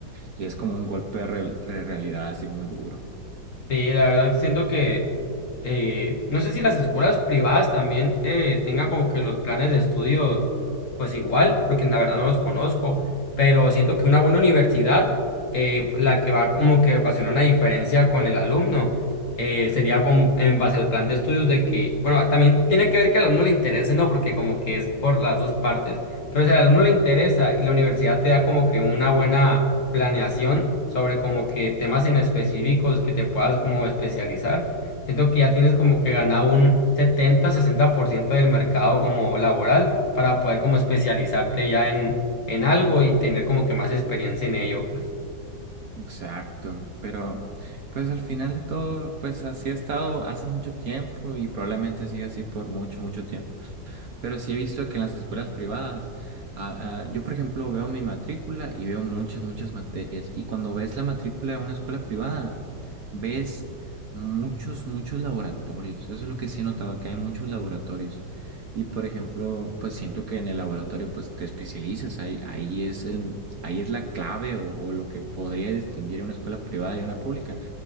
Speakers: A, on the right (about 55°); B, on the left (about 45°).
A: y es como un golpe de re- de realidad así muy duro.
B: Sí, la verdad siento que eh, no sé si las escuelas privadas también eh, tengan como que los planes de estudio pues igual, porque la verdad no los conozco, pero siento que una buena universidad, eh, la que va como que ocasiona una diferencia con el alumno, eh, sería con, en base al plan de estudios de que, bueno, también tiene que ver que al alumno le interese, ¿no? Porque como que es por las dos partes, pero si al alumno le interesa y la universidad te da como que una buena planeación sobre como que temas en específicos que te puedas como especializar. Siento que ya tienes como que ganado un setenta sesenta por ciento del mercado como laboral para poder como especializarte ya en, en algo y tener como que más experiencia en ello, pues.
A: Exacto, pero pues al final de todo, pues así ha estado hace mucho tiempo y probablemente siga así por mucho, mucho tiempo. Pero sí he visto que en las escuelas privadas, ah, ah, yo por ejemplo veo mi matrícula y veo muchas, muchas materias. Y cuando ves la matrícula de una escuela privada, ves muchos, muchos laboratorios. Eso es lo que sí he notado, que hay muchos laboratorios. Y por ejemplo, pues siento que en el laboratorio pues te especializas, ahí, ahí es el, ahí es la clave o, o lo que podría distinguir a una escuela privada y a una pública